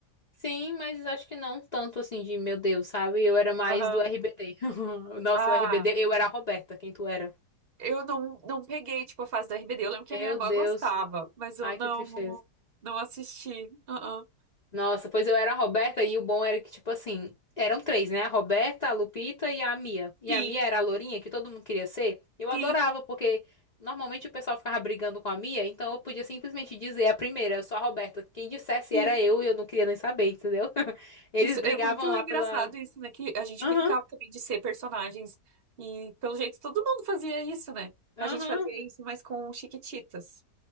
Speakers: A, on the left; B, on the right.
A: Sim, mas acho que não tanto assim de meu Deus, sabe? Eu era mais
B: Aham.
A: do RBD. <laughs> Nossa,
B: Ah,
A: o RBD, eu era a Roberta, quem tu era?
B: Eu não, não peguei, tipo, a fase da RBD. Eu lembro que
A: Meu
B: a minha irmã
A: Deus,
B: gostava, mas eu
A: ai
B: não,
A: que tristeza.
B: não assisti. Ah, uh
A: Nossa, pois eu era a Roberta e o bom era que, tipo assim, eram três, né? A Roberta, a Lupita e a Mia. E
B: sim.
A: a Mia era a lourinha que todo mundo queria ser. Eu adorava,
B: Sim,
A: porque normalmente o pessoal ficava brigando com a Mia, então eu podia simplesmente dizer a primeira, eu sou a Roberta. Quem dissesse
B: sim.
A: era eu e eu não queria nem saber, entendeu? <laughs> Eles
B: Isso
A: brigavam
B: é muito
A: lá
B: engraçado
A: pela.
B: isso, né? Que a gente
A: Aham,
B: brincava também de ser personagens. E pelo jeito todo mundo fazia isso, né?
A: aham,
B: A gente fazia isso, mas com Chiquititas.